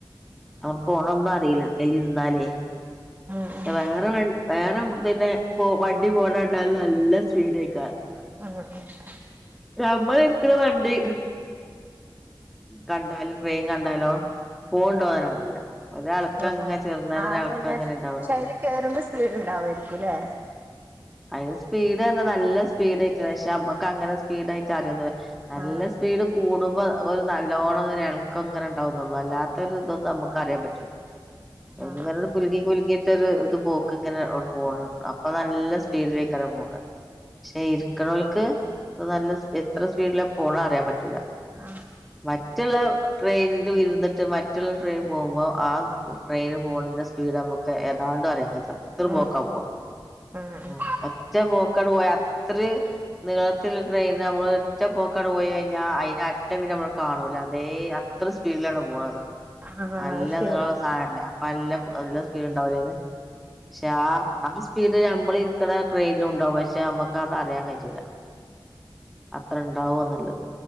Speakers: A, in the centre; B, on the right.
A: അങ്ങ പോണൊന്നും അറിയില്ല അതിലിരുന്നാലേ
B: ഉം
A: വേറെ വേറെ പിന്നെ പോ വണ്ടി പോണണ്ടാലും നല്ല സ്പീഡേക്കാരും
B: <unintelligible>
A: നമ്മൾ ഇരിക്കുന്ന വണ്ടി കണ്ടാലും ട്രെയിൻ കണ്ടാലോ പോണണ്ടോ നെന്നെ അറിയില്ല ഒരെൾക്കങ്ങനെ
B: ആ ആ
A: ചെറുന്നനെ
B: ആ
A: ഒരെൾക്കം
B: അത് തന്നെ
A: അങ്ങനെ
B: പക്ഷെ
A: ഉണ്ടാവണം
B: അതില് കേറുമ്പോ സ്പീഡ് ഉണ്ടാവേരിക്കും ല്ലേ
A: അതിന് സ്പീഡ് പറഞ്ഞ നല്ല സ്പീഡേക്കാരും പക്ഷെ നമ്മക്ക് അങ്ങനെ സ്പീഡായിട്ട് അറിയൊന്നു നല്ല
B: ആ
A: സ്പീഡ് കൂടുമ്പോ ഒരു നല്ലോണം ഇങ്ങനെ ഇളക്കം ഇങ്ങനെ ഉണ്ടാവുന്നുള്ളൂ അല്ലാത്ത ഇതൊന്ന് നമുക്ക് അറിയാൻ പറ്റു <unintelligible> അ
B: ആ
A: ഇങ്ങനെ ഒരു കുലുങ്ങി കുലുങ്ങിയിട്ടൊ ഒരു ഇത് പോക്ക് ഇങ്ങനെ പോണണ്ട് അപ്പൊ നല്ല സ് സ്പ്ഡിലേക്കാണ് പോണ് പക്ഷെ ഇരിക്കണോൽക്ക് നല്ല എത്ര സ്പീഡില പോണ അറിയാൻ പറ്റൂല
B: ആ
A: മറ്റുള്ള ട്രെയിനിൻ്റെ ഉള്ളിൽ ഇരുന്നിട്ട് മറ്റുള്ള ട്രെയിൻ പോകുമ്പോൾ ആ ട്രെയിന് പോണേന്റെ സ്പീഡ് ഒക്കെ ഏതാണ്ട് ഒരേ അത്ര
B: ഉം
A: പോക്കാ പോവാ
B: ഉം
A: ആഹ് ഒറ്റ പോക്കങ്ക്ട് പോയാ അത്ര നീളത്തിൽ ട്രെയിൻ നമ്മള് ഒറ്റ പോക്കങ്ങട് പോയി കഴിഞ്ഞാൽ അതിന് അറ്റ പിന്നെ നമ്മള് കാണൂല അതെ അ ത്രയും സ്പീഡിലാണ് പോണത്
B: ആ
A: നല്ല
B: അത് ശരി
A: നീളള്ള സാനല്ലേ നല്ല നല്ല സ്പീഡ് ഉണ്ടാവലേ അതിന് പക്ഷെ ആ ആ സ്പീഡ് നമ്മള് ഇരിക്കണ ട്രെയിനിലുണ്ടാവും പക്ഷെ നമ്മക്ക് അത് അറിയാൻ കയൂല്ല അത്ര ഇണ്ടാവോനിളളത്